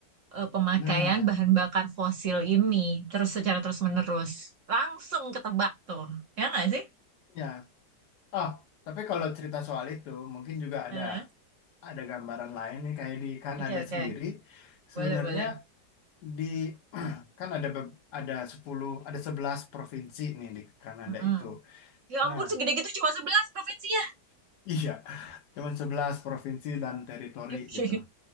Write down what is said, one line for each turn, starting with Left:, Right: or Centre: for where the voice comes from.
Right: eh, pemakaian
Left: Nah,
Right: bahan bakar fosil ini terus secara terus-menerus. Langsung ketebak tuh. Ya nggak sih?
Left: Ya. Oh, tapi kalau cerita soal itu mungkin juga ada
Right: Eh,
Left: ada gambaran lain nih kayak di Kanada
Right: Oke, oke.
Left: sendiri sebenarnya
Right: Boleh, boleh.
Left: di <clears throat> kan ada be- ada 10 ada 11 provinsi nih di Kanada
Right: Mm-mm.
Left: itu.
Right: Ya ampun,
Left: Nah,
Right: segede gitu cuma sebelas provinsinya.
Left: <laughs> iya, cuman 11 provinsi dan teritori
Right: <laughs>
Left: gitu.
Right: Oke.